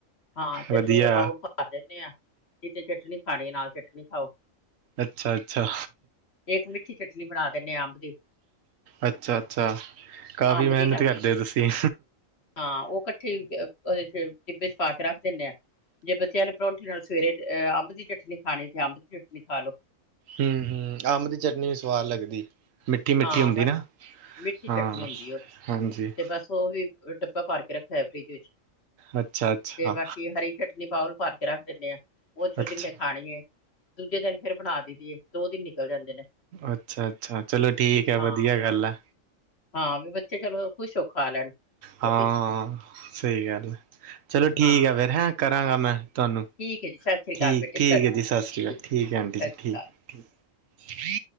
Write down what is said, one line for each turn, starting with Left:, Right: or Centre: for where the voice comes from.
Left: ਹਾਂ ਚਟਨੀ
Right: ਵਧੀਆ
Left: ਦਾ ਬਾਊਲ ਕਰ ਦਿੰਨੇ ਆ, ਜਿਨੇ ਚਟਨੀ ਖਾਣੀ ਨਾਲ ਚਟਨੀ ਖਾਓ।
Right: ਅੱਛਾ ਅੱਛਾ
Left: ਇੱਕ ਮਿੱਠੀ ਚਟਨੀ ਬਣਾ ਦਿੰਨੇ ਆ, ਅੰਬ ਦੀ।
Right: ਅੱਛਾ-ਅੱਛਾ, ਕਾਫ਼ੀ
Left: ਅੰਬ
Right: ਮਿਹਨਤ
Left: ਦੀ ਨਾ
Right: ਕਰਦੇ ਤੁਸੀਂ।
Left: ਹਾਂ ਉਹ ਇਕੱਠੀ ਉਹਦੇ ਚ ਡਿੱਬੇ ਛ ਪਾਾ ਕੇ ਰੱਖ ਦਿੰਦੇ ਆ ਜੇ ਬੱਚਿਆਂ ਨੇ ਪਰੋਂਂਠੀ ਨਾਲ ਸਵੇਰੇ ਹ ਅੰਬ ਦੀ ਚਟਨੀ ਖਾਣੀ ਤੇ ਅੰਬ ਦੀ ਚਟਣੀ ਖਾ ਲੋ
Right: ਹਮ ਹਮ ਅੰਬ ਦੀ ਚਟਨੀ ਵੀ ਸਵਾਦ ਲੱਗਦੀ ਮਿੱਠੀ ਮਿੱਠੀ
Left: ਹਾਂ
Right: ਹੁੰਦੀ
Left: ਬਸ
Right: ਨਾ
Left: ਮਿੱਠੀ
Right: ਹਾਂ
Left: ਚਟਨੀ ਹੁੰਦੀ ਉਹ
Right: ਹਾਂਜੀ
Left: ਤੇ ਬਸ ਵੀ ਡੱਬਾ ਭਾਰ ਕੇ ਰੱਖਿਆ ਐ ਫਰਿਜ ਵਿੱਚ
Right: ਅੱਛਾ ਅੱਛਾ
Left: ਤੇ ਬਾਕੀ ਹਰੀ ਚਟਣੀ ਬਾਊਲ ਭਰ ਕੇ ਰੱਖ ਦਿੰਦੇ ਆਾਂ ਉਹ ਚੋਂ
Right: ਅੱਛਾ
Left: ਜਿੰਨੇ ਖਾਣੀ ਦੂਜੇ ਦਿਨ ਫੇਿਰ ਬਣਾ ਦੀਦੀਏ ਦੋ ਦਿਨ ਨਿਕਲ ਜਾਂਦੇ ਨੇ
Right: ਅੱਛਾ ਅੱਛਾ ਚਲੋ ਠੀਕ ਹੈ
Left: ਹਾਂ
Right: ਵਧੀਆ ਗੱਲ ਆ
Left: ਹਾਂ ਵੀ ਬੱਚੇ ਚਲੋ ਖੁਸ਼ ਹੋ ਕੇ ਖਾ ਲੈਣ ਰੋਟੀ
Right: ਹਾਂ ਸਹੀ ਗੱਲ ਹੈ ਚਲੋ ਠੀਕ
Left: ਹਾਂ
Right: ਹੈ ਫਿਰ ਹੈਂ ਕਰਾਂਗਾ ਮੈਂ ਤੁਹਾਨੂੰ
Left: ਠੀਕ ਹੈ ਜੀ ਸਤਿ ਸ੍ਰੀ ਅਕਾਲ
Right: ਠੀਕ
Left: ਬੇਟੇ
Right: ਠੀਕ ਹੈ ਜੀ ਸਤਿ ਸ੍ਰੀ ਅਕਾਲ ਠੀਕ
Left: ਸਤਿ
Right: ਹੈ ਆਂਟੀ ਜੀ
Left: ਸ੍ਰੀ
Right: ਠੀਕ
Left: ਅਕਾਲ
Right: ਫੀ